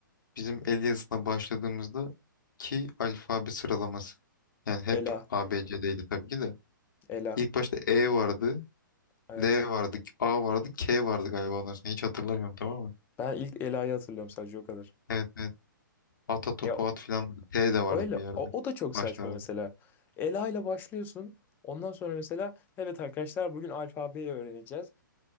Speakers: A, on the left (about 65°); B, on the left (about 15°).
A: Bizim el yazısına başladığımızda ki alfabe sıralaması. Yani hep
B: Ela,
A: A B ABC'deydi tabii ki de.
B: Ela.
A: İlk başta E vardı,
B: Evet.
A: L vardı, A vardı, K vardı galiba ondan sonra. Hiç hatırlamıyorum tamam mı?
B: Ben ilk Ela'yı hatırlıyorum sadece o kadar.
A: Evet evet. Ata topu
B: Ya
A: at filan vardı. T de vardı
B: öyle
A: bir yerde.
B: o, o da çok
A: Başlarda.
B: saçma mesela. Ela ile başlıyorsun. Ondan sonra mesela evet arkadaşlar bugün alfabeyi öğreneceğiz.